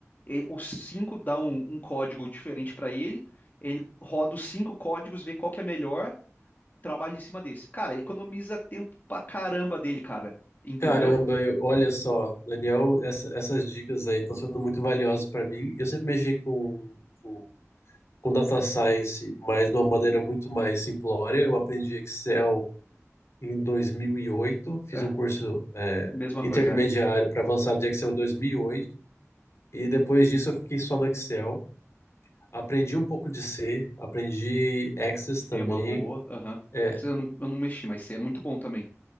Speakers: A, on the left; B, on the left.
A: e, os 5 dá um, um código diferente para ele, ele roda os cinco códigos, vê qual que é melhor, trabalho em cima desse. Cara, economiza tempo pra caramba dele, cara. Entendeu?
B: caramba, eu- olha só, Daniel, essa- essas dicas aí estão sendo muito valiosas para mim. Eu sempre mexi com, com, com data science, mas de uma maneira muito mais simplória. Eu aprendi Excel em dois mil e oito fiz
A: É,
B: um curso é,
A: mesma
B: intermediário
A: coisa, é.
B: para avançado de Excel em 2008, e oito, e depois disso eu fiquei só no Excel. Aprendi um pouco de C, aprendi Access também.
A: Se É uma boa, aham.
B: eh,
A: É que eu não, eu não mexi, mas C é muito bom também.